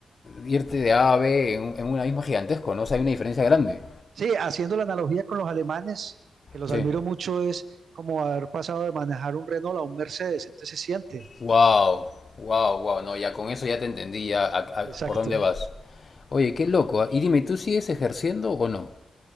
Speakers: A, on the left; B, on the right.
A: irte de A a B en, en una misma gigantesco, ¿no? O sea, hay una diferencia grande.
B: sí, haciendo la analogía con los alemanes, que los
A: Sí.
B: admiro mucho, es como haber pasado de manejar un Renault a un Mercedes, entonces se siente,
A: Wow, wow, wow, no, ya con eso ya te entendí, ya a-
B: exacto.
A: a- por dónde vas. Oye, qué loco, ¿ah? Y dime, ¿tú sigues ejerciendo o no?